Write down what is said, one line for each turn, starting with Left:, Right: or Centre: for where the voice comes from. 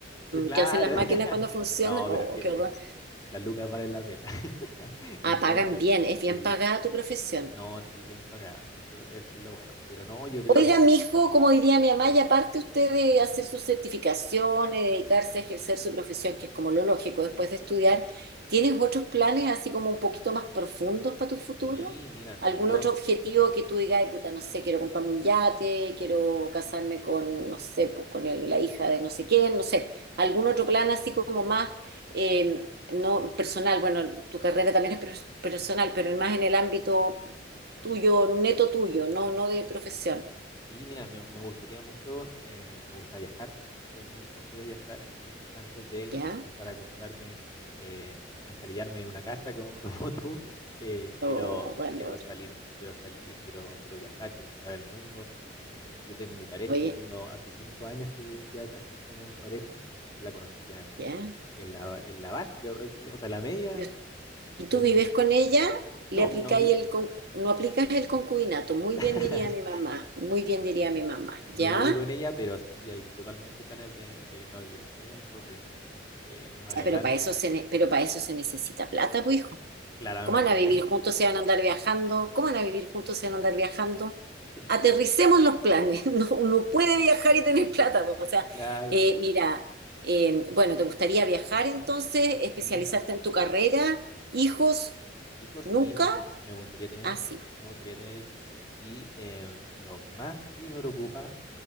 Left: eh, claro,
Right: que hacen las máquinas
Left: <laughs>
Right: cuando funcionan.
Left: no,
Right: Oh,
Left: pero e-
Right: qué horror.
Left: es, las lucas valen la pena. <laughs>
Right: Ah,
Left: Entonces,
Right: pagan bien, es bien
Left: sí,
Right: pagada tu profesión.
Left: no, sí, bien pagada, eso, eso es lo bueno. Pero no, yo creo...
Right: Oiga, mijo, como diría mi mamá, y aparte usted de hacer sus certificaciones, dedicarse a ejercer su profesión, que es como lo lógico después de estudiar, ¿tienes otros planes así como un poquito más profundos para tu futuro?
Left: Sí, mira,
Right: ¿Algún
Left: eh, yo,
Right: otro objetivo que tú digas, "Ay, puta, no sé, quiero comprarme un yate, quiero casarme con, no sé, pues con el- la hija de no sé quién, no sé, algún otro plan así como más, eh, no personal, bueno, tu carrera también es pers- personal, pero más en el ámbito tuyo, neto tuyo, no, no de profesión.
Left: sí, mira, me, me gustaría mucho, eh, me gusta viajar, soy muy, mucho de viajar y antes de
Right: ¿Ya?
Left: empezar a comprarme, eh, encalillarme en una casa como, <laughs> como tú, eh,
Right: Oh,
Left: quiero,
Right: valor.
Left: quiero salir, quiero salir, quiero, quiero viajar, quiero explorar el mundo. Eh, yo tengo mi pareja,
Right: Oye,
Left: yo tengo hace cinco años que ya casi somos pareja, la conocí ya en,
Right: ¿ya?
Left: en la, en la básica prácticamente, o sea, la media
Right: Yo-
Left: y,
Right: y
Left: y
Right: tú
Left: en
Right: vives
Left: mi,
Right: con ella, le
Left: no,
Right: aplicáis
Left: no, vi-
Right: el con- no aplicas el concubinato. Muy
Left: <laughs>
Right: bien diría mi mamá, muy bien diría mi mamá. ¿Ya?
Left: No vivo con ella, pero sí hay totalmente planes de, de irnos a vivir juntos, de, de- de más
Right: Ya,
Left: adelante,
Right: pero para eso se ne- pero para eso se necesita plata, pues hijo.
Left: claramente.
Right: ¿Cómo van a vivir juntos? ¿Se van a andar viajando? ¿Cómo van a vivir juntos? ¿Se van a andar viajando?
Left: <laughs>
Right: Aterricemos los planes. <laughs> No, uno puede viajar y tener plata. po. O sea,
Left: Claro,
Right: eh, mira, eh, bueno, ¿te gustaría viajar entonces? ¿Especializarte
Left: sí,
Right: en tu carrera? ¿Hijos?
Left: hijos,
Right: Nunca
Left: sí, me, me gustaría tener,
Right: así,
Left: me gustaría tener hijitos. Y eh, lo que más sí me preocupa,